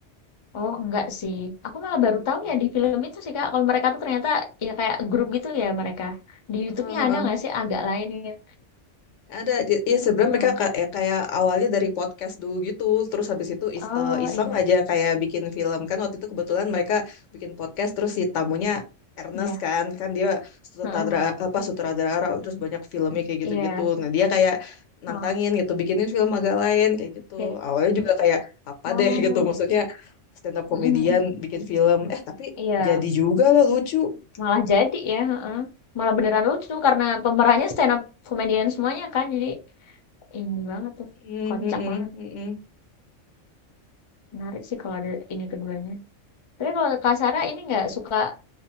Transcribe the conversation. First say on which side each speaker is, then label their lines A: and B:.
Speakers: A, on the left (about 35°); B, on the left (about 80°).
A: Oh, enggak sih. Aku malah baru tahu
B: Oh.
A: ya di film itu sih, Kak. Kalau mereka tuh ternyata ya kayak grup gitu ya mereka. Di YouTube-nya
B: Heeh, heeh.
A: ada nggak sih agak lain ya?
B: Ada, j- ya sebenarnya
A: Heeh.
B: mereka ka- eh, kayak awalnya dari podcast dulu gitu, terus habis itu is,
A: Oh,
B: eh, iseng
A: iya.
B: aja kayak bikin film kan waktu itu kebetulan mereka bikin podcast terus si tamunya Ernest
A: Iya.
B: kan, kan dia sutradara
A: Heeh.
B: apa sutradara terus banyak filmnya kayak
A: Iya.
B: gitu-gitu. Nah dia kayak nantangin
A: Heeh.
B: gitu, bikinin film agak lain kayak
A: Oke.
B: gitu. Awalnya juga kayak apa
A: Oh,
B: deh <laughs> gitu, maksudnya
A: iya.
B: stand up
A: Mhm,
B: komedian
A: mhm.
B: bikin film, eh tapi
A: Iya.
B: jadi juga lah lucu.
A: Malah jadi ya, heeh. Malah beneran lucu karena pemerannya stand up comedian semuanya kan. Jadi ini banget tuh.
B: Mm,
A: Kocak
B: mm, mm,
A: banget.
B: mm, mm.
A: Menarik sih kalau ada ini keduanya. Tapi kalau Kak Sarah ini nggak suka